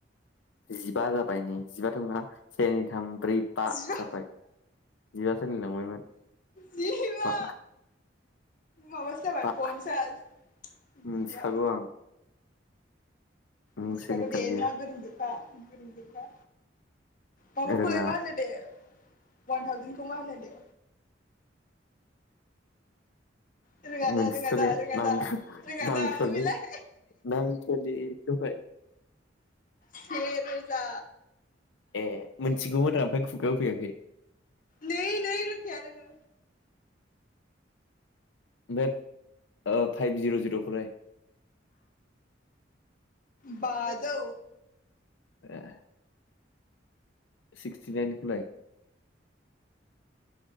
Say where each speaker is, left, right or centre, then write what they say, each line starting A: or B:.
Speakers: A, on the left; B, on the left.
A: जिबा जाबाय नै जिबा थांबा, से नै थाम, ब्रै बा
B: जिबा
A: जाबाय जिबासोलिलांबायमोन
B: जिबा
A: बा
B: माबासो जाबाय
A: बा
B: पन्सास
A: मिथिखागौ
B: जिबा
A: आं मुसुनिकेल
B: मिथिखागौदे
A: गैया
B: नोंहा गोरोंजोबखा गोरोंजोबखा गालखौलाय
A: रोङा
B: मा होनो दे अवान थावजेनखौ मा होनो दे रोङादा
A: मोनथिथ'ले
B: रोङादा रोङादा
A: नथ
B: रोङादा
A: नांथल
B: बेलाय
A: नांथलिखौहाय
B: से रोजा
A: ए मोनथिगौमोन राम ओमफाय खुगायाव फैयाखै
B: नै नै रोंखाया नोङो
A: बे ओ फाइभ जिर' जिरखौ लाय
B: बाजौ
A: ए सिक्सटि नाइनखौलाय?